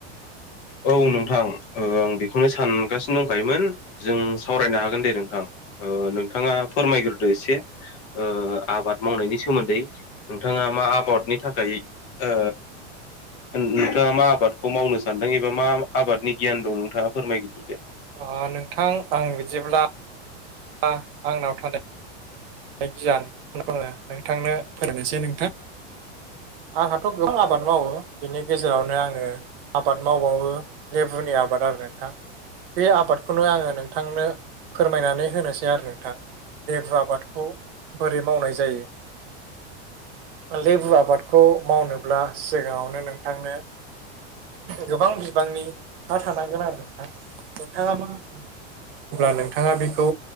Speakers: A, on the left; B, on the right.
A: औ नोंथां ओ आं बेखौनो सानगासिनो दंखायोमोन। जों सावरायनो हागोन दे नोंथां ओ नोंथाङा फोरमायग्रोदो एसे। ओ आबाद मावनायनि सोमोन्दै नोंथाङा मा आबाद नि थाखाय ओ नोंथाङा मा आबादखौ मावनो सानदों एबा मा आबादनि गियान दं नोंथाङा फोरमायग्रोदो दे।
B: उह नोंथां आं बिदिब्ला ओ आंनाव थान नाय गियान होनना बुङो नोंथांनो फोरोंनोसै नों थां आंहाथ' गोबां आबाद मावो बेनि गेजेरावनो आङो आबाद मावबावो लेबुनि आबाद आरो नोंथां। बे आबादखौनो आङो नोंथांनो फोरमायनानै होनोसै आरो नोंथां लेबु आबाद खौ बोरै मावनाय जायो। लेबु आबादखौ मावनोब्ला सिगाङावनो नोंथांनो गोबां बिबांनि ना थानांगोन आरो नोंथां। नोंथाङा मा होनल्बा नोंथाङा बेखौ